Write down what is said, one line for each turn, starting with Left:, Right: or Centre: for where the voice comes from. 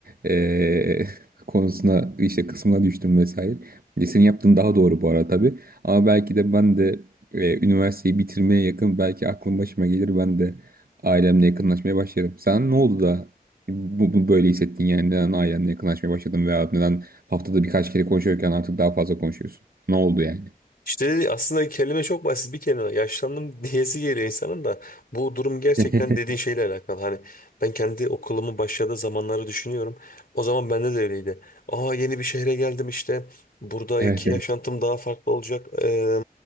Right: e, <laughs> konusuna işte kısmına düştüm vesaire. E, senin yaptığın daha doğru bu arada tabii. Ama belki de ben de e, üniversiteyi bitirmeye yakın belki aklım başıma gelir ben de ailemle yakınlaşmaya başlarım. Sen ne oldu da bu, bu böyle hissettin yani neden ailenle yakınlaşmaya başladın veya neden haftada birkaç kere konuşuyorken artık daha fazla konuşuyorsun? Ne oldu yani?
Left: İşte aslında kelime çok basit bir kelime. Yaşlandım <laughs> diyesi geliyor insanın da bu durum gerçekten
Right: <laughs>
Left: dediğin şeyle alakalı. Hani ben kendi okulumun başladığı zamanları düşünüyorum. O zaman bende de öyleydi. Aa yeni bir şehre geldim işte. Buradaki
Right: Evet
Left: yaşantım
Right: evet.
Left: daha farklı olacak. Ee,